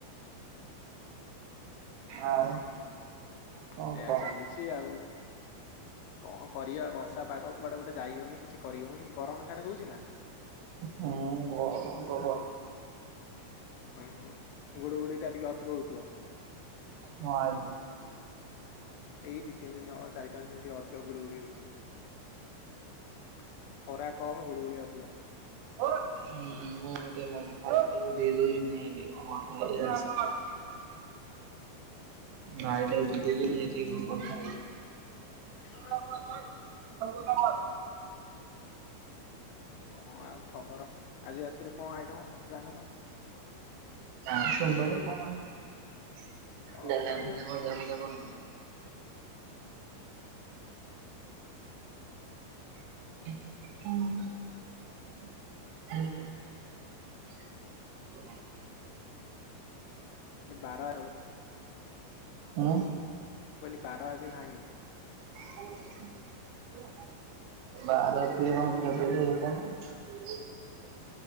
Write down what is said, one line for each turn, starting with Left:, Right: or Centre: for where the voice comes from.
Right: ଆଉ। କଣ
Left: ଏୟା
Right: କହ
Left: ଚାଲିଛି ଆଉ। କଣ କରିବା ବର୍ଷା ପାଗ କୁଆଡେ ଗୋଟେ ଯାଇ ହଉନି କିଛି କରିହଉନି ଗରମ ସିଆଡେ ହଉଛି ନା। <inaudible>
Right: ହୁଁ ଗରମ ପ୍ରବଳ
Left: ଓହୋ ଗୁଡୁ ଗୁଡି ଟା ଟିକେ ଅଧିକ ହଉଥିବ।
Right: ହଁ ଆଜି
Left: <inaudible> ଏଇ ଦି ତିନି ଦିନ ହବ ଚାରି ପାଞ୍ଚ ଦିନ ଟିକେ ଅ ଧିକ ଗୁଳୁଗୁଳି ହଉଛି। <inaudible> ଖରା କମ ଗୁଳୁଗୁଳି ଅଧିକା। ହୁଁ
Right: <unintelligible> ହଁ ମୁଁ ଗୋଟେ ମନ ହାର୍ଟ ଟାକୁ ଦେଇଦଉଛି ନେ ଟିକେ। <unintelligible> ନାଇଟିଆଇ ଯିବିନି ଟିକ କଣ
Left: ହୁଁ
Right: କଥା ହେବି। <unintelligible>
Left: <inaudible> କଣ ଆଉ ଖବର ଆଜି ରାତିରେ କଣ ଆଇଟମ୍ କଣ ପ୍ଲାନ କଣ?
Right: ନାଁ ସୋମବାରେ କଣ ଆଇଁଷ।
Left: ତଥାପି
Right: ଦେଡଲ ଭଜା
Left: ଗୋଟେ
Right: ଭଜା କ <unintelligible> <unintelligible> ହୁଁ। <inaudible>
Left: ଲି ବାର ଆଉ। <inaudible>
Right: ହଁ।
Left: ବୋଲି ବାର ଆଜି ନାହିଁ।
Right: ବାର ଥିଲେ କଣ ଟିକେ ଖିଆପିଆ ଟିକେ ହେଇଥାନ୍ତା।